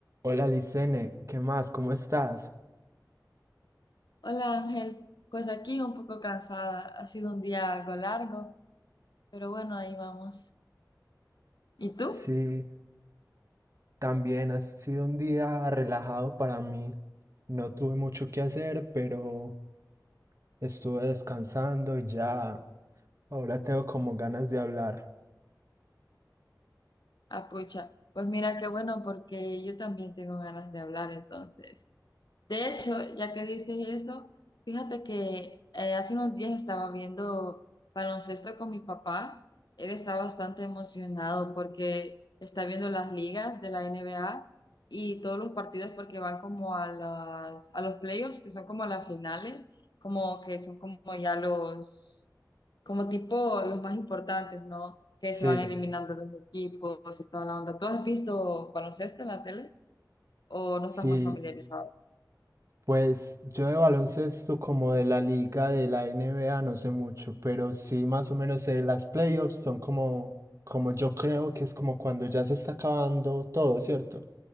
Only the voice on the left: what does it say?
Hola Ángel, pues aquí un poco cansada, ha sido un día algo largo, pero bueno, ahí vamos. ¿Y tú?
Apucha, pues mira qué bueno porque yo también tengo ganas de hablar entonces. De hecho, ya que dices eso, fíjate que eh, hace unos días estaba viendo baloncesto con mi papá. Él está bastante emocionado porque está viendo las ligas de la N B A y todos los partidos porque van como a las, a los playoffs, que son como las finales, como que son como ya los, como tipo los más importantes, ¿no? Que
se van eliminando los equipos y toda la onda. ¿Tú has visto baloncesto en la tele o no
estás muy familiarizado?